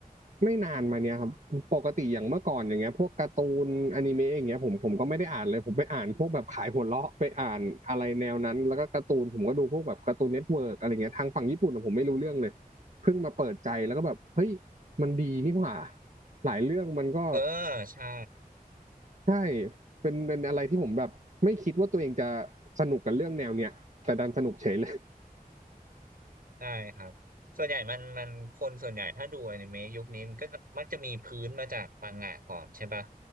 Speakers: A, on the right; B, on the right.
A: ไม่นานมาเนี้ยครับปกติอย่างเมื่อก่อนอย่างเงี้ยพวกการ์ตูนอนิเมะอย่างเงี้ยผมผมก็ไม่ได้อ่านเลยผมไปอ่านพวกแบบขายหัวเราะไปอ่านอะไรแนวนั้นแล้วก็การ์ตูนผมก็ดูพวกแบบการ์ตูนเน็ตเวิร์กอะไรเงี้ยทางฝั่งญี่ปุ่นอะผมไม่รู้เรื่องเลยเพิ่งมาเปิดใจแล้วก็แบบเฮ้ยมันดีนี่หว่าหลายเรื่องมันก็
B: เออใช่
A: ใช่เป็นเป็นอะไรที่ผมแบบไม่คิดว่าตัวเองจะสนุกกับเรื่องแนวเนี้ยแต่ดันสนุกเฉยเลย
B: ใช่ครับส่วนใหญ่มันมันคนส่วนใหญ่ถ้าดูอนิเมะยุคนี้มันก็มักจะมีพื้นมาจากมังงะก่อนใช่ปะ